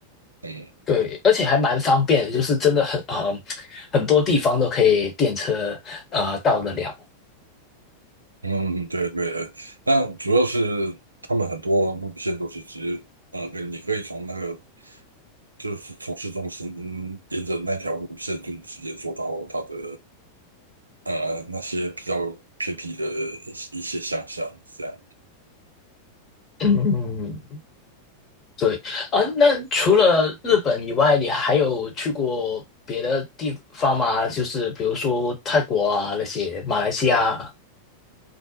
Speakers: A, on the right; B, on the left.
A: 嗯
B: 对，而且还蛮方便的，就是真的很呃很多地方都可以电车呃到得了。
A: 嗯，对对，那主要是他们很多路线都是直接呃，跟你可以从那个就是从市中心沿着那条路线就直接坐到它的呃那些比较偏僻的一些一些乡下这样。
B: 嗯，对啊，那除了日本以外，你还有去过别的地方吗？就是比如说泰国啊那些，马来西亚啊